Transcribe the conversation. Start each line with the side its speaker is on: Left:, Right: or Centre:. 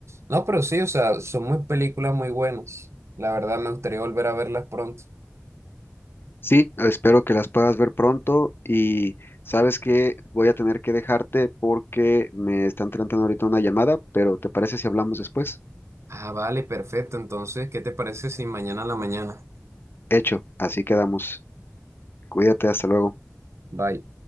Right: No, pero sí, o sea, son muy películas muy buenas. La verdad, me gustaría volver a verlas pronto.
Left: Sí, espero que las puedas ver pronto y sabes que voy a tener que dejarte porque me están tratando ahorita una llamada, pero ¿te parece si hablamos después?
Right: Ah, vale, perfecto. Entonces, ¿qué te parece si mañana a la mañana?
Left: Hecho, así quedamos. Cuídate, hasta luego.
Right: Bye.